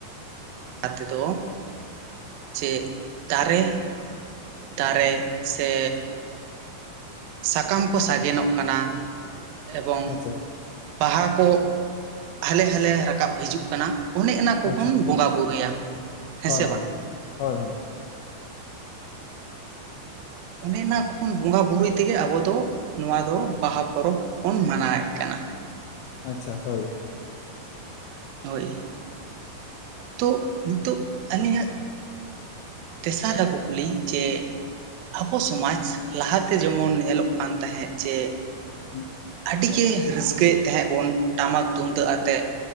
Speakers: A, on the right (about 80°); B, on the left (about 80°).
A: ᱟᱛᱮ ᱫᱚ ᱪᱮᱜ ᱫᱟᱨᱮ?
B: ᱟᱪᱪᱷᱟ
A: ᱫᱟᱨᱮ ᱥᱮ ᱥᱟᱠᱟᱢ ᱠᱚ ᱥᱟᱜᱮᱱᱚᱜ ᱠᱟᱱᱟ ᱮᱵᱚᱝ
B: ᱟᱪᱪᱷᱟ
A: ᱵᱟᱦᱟ ᱠᱚ ᱦᱟᱞᱮ ᱦᱟᱞᱮ ᱨᱟᱠᱟᱵ ᱦᱤᱡᱩᱜ ᱠᱟᱱᱟ᱾ ᱚᱱᱮ ᱚᱱᱟ ᱠᱚᱵᱚᱱ
B: ᱟᱪᱪᱷᱟ
A: ᱵᱚᱸᱜᱟ ᱵᱩᱨᱩᱭᱟ᱾ ᱦᱮᱸ
B: ᱦᱳᱭ
A: ᱥᱮ ᱵᱟᱝ
B: ᱦᱳᱭ ᱦᱳᱭ ᱦᱳᱭ
A: ᱚᱱᱮ ᱚᱱᱟ ᱠᱷᱚᱱ ᱵᱚᱸᱜᱟ ᱵᱩᱨᱩᱭ ᱛᱮᱜᱮ ᱟᱵᱚ ᱫᱚ ᱱᱚᱣᱟ ᱫᱚ ᱵᱟᱦᱟ ᱯᱚᱨᱚᱵᱽ ᱵᱚᱱ ᱢᱟᱱᱟᱣᱮᱫ ᱠᱟᱱᱟ
B: ᱟᱪᱪᱷᱟ ᱦᱳᱭ
A: ᱦᱳᱭ ᱛᱚ ᱱᱤᱛᱚᱜ ᱟᱹᱞᱤᱧᱟᱜ ᱛᱮᱥᱟᱨ ᱨᱮ ᱠᱩᱠᱞᱤ ᱡᱮ ᱟᱵᱚ ᱥᱚᱢᱟᱡᱽ ᱞᱟᱦᱟᱛᱮ ᱡᱮᱢᱚᱱ ᱧᱮᱞᱚᱜ ᱠᱟᱱ ᱛᱟᱦᱮᱸᱫ ᱡᱮ
B: ᱦᱮᱸ
A: ᱟᱹᱰᱤ ᱜᱮ ᱨᱟᱹᱥᱠᱟᱹᱭᱮᱫ ᱛᱟᱦᱮᱸᱫ ᱵᱚᱱ ᱴᱟᱢᱟᱠ ᱛᱩᱢᱫᱟᱹᱜ ᱟᱛᱮᱫ